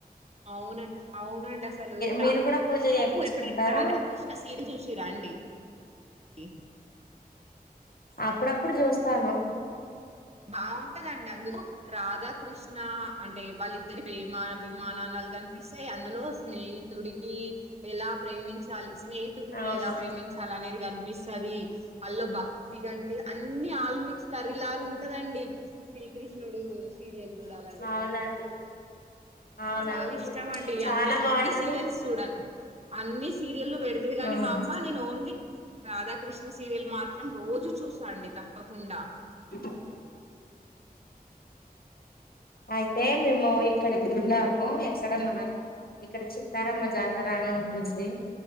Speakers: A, on the right; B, on the left.
A: అవునండ్ అవునండి అసలు
B: మీరు
A: రా.
B: కూడా పూజ
A: నువ్వు
B: చేయించుకుంటారా
A: ఎపుడైనా రాధాకృష్ణ సీరియల్ చూసింరా అండి. ఉమ్
B: అప్పుడప్పుడు చూస్తాను.
A: బాగుంటదండి అందులో రాద్. రాధాకృష్ణ అంటే వాళ్లి ఇద్దరి ప్రేమ అబిమానానాలు కనిపిస్తాయి అందులో స్నేహితుడికి ఎలా ప్రేమించాలి స్నేహితుడిని
B: అవును
A: ఎలా ప్రేమించాలి అనేది కనిప్ ఇస్సాది అల్లొ భక్తి కంటే అన్నీ ఆల్మిక్స్ కర్రీలాగా ఉన్ అండి శ్రీకృష్ణుడు సీరియల్ చూడాలంటే
B: అవునండి
A: నాకు
B: అవునండి
A: చాలా ఇష్టం అండి
B: చాలా
A: అన్ని
B: బాగుంటది
A: అన్ని సీరియల్స్ చూడాలి. అన్నీ సీరియల్ పెడుతుది కానీ
B: అవును
A: మా అమ్మ నేను ఓన్లీ రాధాకృష్ణ సీరియల్ మాత్రం రోజు చూస్తాండి తప్పకుండా
B: <unintelligible> అయితే మేము ఇక్కడకి వెళ్ళాము ఎక్కడ మన ఇక్కడ చిత్తారమ్మ జాతర అని ఉంటుంది.